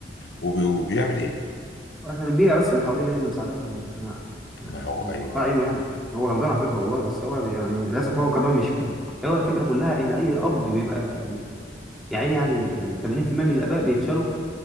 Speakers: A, on the left; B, in the centre.
A: وب... وبيعمل ايه
B: عشان البيئة بس اللي حواليه هي اللي مساعداه يعني ها-
A: ما هو
B: يعني
A: ايوه
B: الله عينه يعني هو غلبان على فكرة والله بس هو يعني للأسف هو كمان مش فاهم هو الفكرة كلها إن أي أب بيبقى يعني يا عيني يعني يعني 80% من الآباء بيفشلوا في